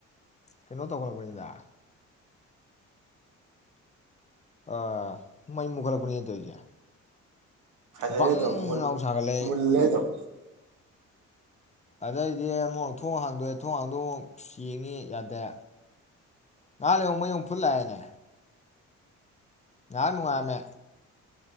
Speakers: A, on the left; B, on the right.
A: ꯀꯩꯅꯣ ꯇꯧꯈꯠꯂꯛꯄꯅꯤꯗ ꯑ ꯃꯩ ꯃꯨꯈꯠꯂꯛꯄꯅꯦ ꯇꯧꯔꯤꯁꯦ꯫
B: ꯐꯖꯔꯦ
A: ꯕꯪ
B: ꯑꯗꯨꯝ
A: ꯂꯥꯎ ꯁꯥꯒꯠꯂꯛꯑꯦ
B: ꯃꯨꯟꯂꯦ ꯑꯗꯨꯝ꯫
A: ꯑꯗꯩꯗꯤ ꯑꯃꯨꯛ ꯊꯣꯡ ꯍꯥꯡꯗꯣꯛꯑꯦ ꯊꯣꯡ ꯍꯥꯡꯗꯣꯛ ꯑꯃꯨꯛ ꯑꯁ ꯌ‌ꯦꯡꯉꯤ ꯌꯥꯗꯦ, ꯉꯩꯍꯥꯛ ꯂꯩꯔꯒ ꯃꯩ ꯑꯉꯨꯛ ꯐꯨꯠ ꯂꯥꯛꯑꯦꯅꯦ ꯉꯩꯍꯥꯛ ꯅꯨꯡꯉꯥꯏꯔꯝꯃꯦ